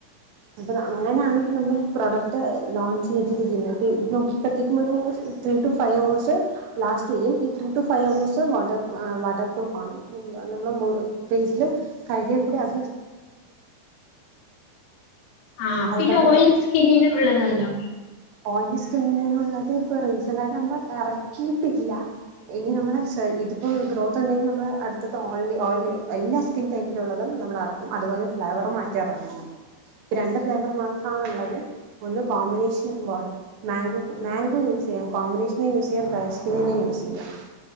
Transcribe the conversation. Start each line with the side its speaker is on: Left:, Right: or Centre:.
Right: അപ്പൊ അങ്ങനെയണപ്പോ നമ്മള് പ്രോഡക്റ്റ് ലോഞ്ചയ്തിരിക്ക്ന്നേ പി ഇത് നോക്കിയപ്പോയത്തേക്കും ഒരു ത്രീ ടു ഫൈവ് ഹവേഴ്സ് ലാസ്‌റ്റെയ്യും. ഈ three to five hours water വാട്ടർപ്രൂഫാണ് നമ്മടെ മോ ഫേസില് കാഴ്കിയാകൂടെ അ
Left: ആ
Right: അതുപോലത്തെ
Left: പിന്നെ ഓയ്ല് സ്കിന്നിന് ഉള്ളത്ണ്ടോ ആ
Right: ഓയിൽ സ്കിമ്മുള്ളത് ഇപ്പോൾ ഓയിലി സ്കിനിന്നുള്ളത് ഇപ്പൊ റീസന്റായിട്ട് നമ്മൾ ഇറക്കിയിട്ടില്ല ഇനി നമ്മള് ശെ ഇത്പ്പോ ഗ്രോ ത്ത്ണ്ടെങ്കി നമ്മള് അട്ത്ത ഓയിലി ഓയില് എല്ലാ സ്കിൻ ടൈപ്പിലുള്ളതും നമ്മൾ എറക്കും അത്പോലെ ഫ്ലേവർ മാറ്റി എറക്കും ഇ രണ്ട് ഫ്ലേവർ മാത്രമാണ്ള്ളത് ഒന്ന് കോമ്പിനേഷൻ വാട്ട് മേഗ്‌ മാൻഗോ യൂസെയ്യാം കോമ്പിനേഷന് യൂസെയ്യാം ബ്രെയ് സ്കിനിനും യൂസെയ്യാം യ്യാ